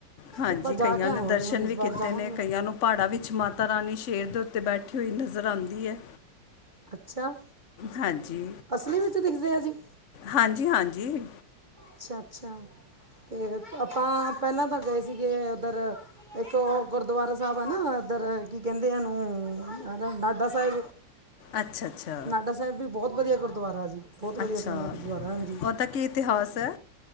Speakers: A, on the left; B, on the right.
A: ਹਾਂਜੀ,
B: ਆਪਾਂ ਜਾ
A: ਕਈਆਂ
B: ਕੇ ਆਵਾਂਗੇ
A: ਨੇ ਦਰਸ਼ਨ
B: ਹੁਣ ਇਸ
A: ਵੀ
B: ਵਾਰ
A: ਕੀਤੇ
B: ਜਾਵਾਂਗੇ
A: ਨੇ ਕਈਆਂ ਨੂੰ। ਪਹਾੜਾਂ ਵਿੱਚ ਮਾਤਾ ਰਾਣੀ ਸ਼ੇਰ ਦੇ ਉੱਤੇ ਬੈਠੀ ਹੋਈ ਨਜ਼ਰ ਆਉਂਦੀ ਏ।
B: ਅੱਛਾ
A: ਹਾਂਜੀ,
B: ਅਸਲੀ ਵਿੱਚ ਦਿਖਦੇ ਆ ਜੀ
A: ਹਾਂਜੀ ਹਾਂਜੀ।
B: ਅੱਛਾ, ਅੱਛਾ ਤੇ ਆਪਾਂ ਪਹਿਲਾਂ ਤਾਂ ਗਏ ਸੀਗੇ ਉੱਧਰ। ਇੱਕ ਔ ਗੁਰਦੁਆਰਾ ਸਾਬ ਆ ਨਾ ਇਧਰ ਕੀ ਕੈਂਦੇ ਏਨੂੰ ਨਾਡਾ ਸਾਬ
A: ਅੱਛਾ-ਅੱਛਾ।
B: ਨਾਡਾ ਸਾਹਿਬ ਵੀ ਬਹੁਤ ਵਧੀਆ ਗੁਰਦੁਆਰਾ ਜੀ। ਬਹੁਤ ਵਧੀਆ
A: ਅੱਛਾ,
B: ਸੋਹਣਾ ਗੁਰਦੁਆਰਾ ਹਾਂਜੀ
A: ਓਦਾ ਕੀ ਇਤਿਹਾਸ ਐ?